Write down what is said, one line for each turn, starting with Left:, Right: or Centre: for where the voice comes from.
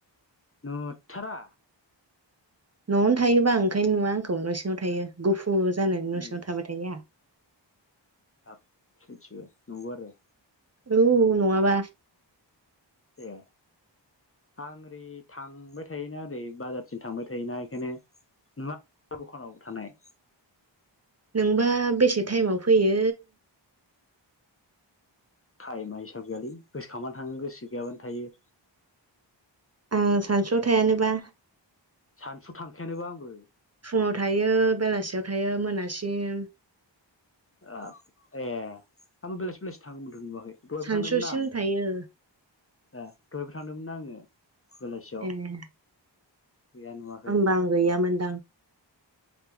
Left: नुथारा।
Right: न'आवनो थायोबा आं ओंखायनो नुया आंखौ न' सिङाव थायो गुफु फुर जानायनि न'
Left: उम
Right: सिङाव थाबाय थायो आंहा।
Left: हाब सयथिबो नंगौ आरो?
Right: औ नङाबा।
Left: ए आं ओरै थांबाय थायोना ओरै बाजारसिम थांबाय थायोना इखायनो नुवा दखानाव थानाय।
Right: नोंबा बेसे टाइमाव फैयो
Left: टाइमा हिसाब गैयालै गोसोखांबानो थाङो गोसो गैयाबानो थायो।
Right: ओ सानसुआव थायानोबा।
Left: सानसुआव थांखायानोबा आंबो।
Right: फुङाव थायो बेलासियाव थायो मोनासिम।
Left: ओ ए आंबो बेलासि बेलासि थाङोमोन नुवाखै दहायबो
Right: सानसुसिम
Left: थांदोंमोन ना आं।
Right: थायो
Left: ए दहायबो थांदोंमोन ना आङो बेलासियाव
Right: ए
Left: गैया नुवाखै
Right: होमबा आं गैयामोनदां।